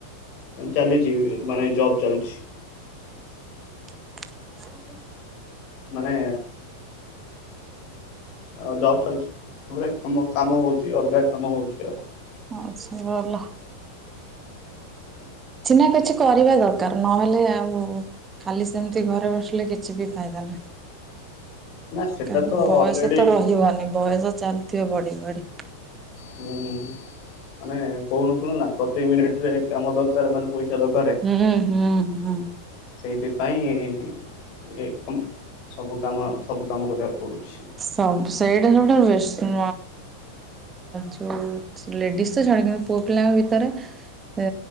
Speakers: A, on the left; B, on the right.
A: ଚାଲିଛି ମାନେ ଜବ୍ ଚାଲିଛି।
B: <unintelligible>
A: ମାନେ ଆଉ ଜବ୍ ଚାଲିଛି ତାପରେ କ କାମ ହଉଛି ଅଲଗା କାମ ହଉଛି ଆଉ।
B: ଆଛା ଭଲ।
A: <unintelligible>
B: କିଛି ନା କିଛି କରିବା ଦରକାର ନହେଲେ ଆଉ ଖାଲି ସେମିତି ଘରେ ବସିଲେ କିଛି ବି ଫାଇଦା ନାହିଁ।
A: <inaudible>
B: କାହିଁକ
A: ତ ଅଲରେଡି
B: ବୟସ ତ ରହିବନି ବୟସ ଚାଲିଥିବ ବଢି ବଢି।
A: ହୁଁ ମାନେ କହୁନଥିଲ ନା ପ୍ରତି ମିନିଟ ରେ କାମ ଦରକାର ମାନେ ପଇସା ଦରକାର।
B: ହୁଁ ହୁଁ ହୁଁ।
A: ସେଇଥିପାଇଁ <unintelligible> ସବୁ କାମ ସବୁ କାମ କରିବାକୁ ପଡ଼ୁଛି।
B: ସ ସେଇଟା ସବୁଠାରୁ ବେଷ୍ଟ। ଯୋଉ ଲେଡ଼ିସ୍ ତ ଛାଡ଼ିବେ କିନ୍ତୁ ପୁଅ ପିଲାଙ୍କ ଭିତରେ ଏ